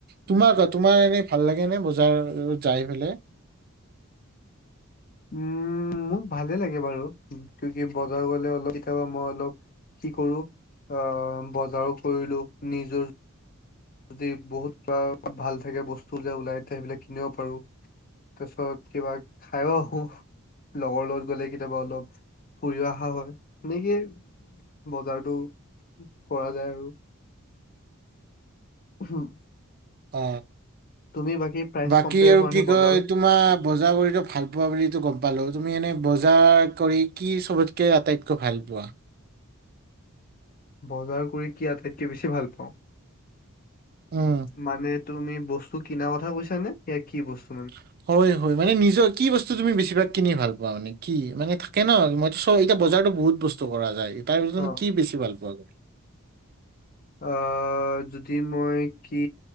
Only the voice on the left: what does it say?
উম মোক ভালে লাগে বাৰু, কেলেকি বজাৰ গলে অলপ কেতিয়াবা মই অলপ কি কৰো অ বজাৰো কৰিলো নিজৰ যদি বহুত ভাল থাকে বস্তু ওলাই থাকে তেতিয়া সেইবিলাক কিনিব পাৰো। তাৰপিছত কিবা খাইও আহো। লগৰ লগত গ'লে কেতিয়াবা অলপ ফুৰি অহা হয় সেনেকে বজাৰতো কৰা যায় আৰু। <inaudible>
তুমি বাকী প্ৰাইচ
কম্পেয়াৰ
কৰা
নে
বজাৰত
বজাৰ কৰি কি আটাইতকে বেছি ভাল পাওঁ?
মানে তুমি বস্তু কিনাৰ কথা কৈছা নে? <unintelligible> কি বচ
অ
আহ, যদি মই কি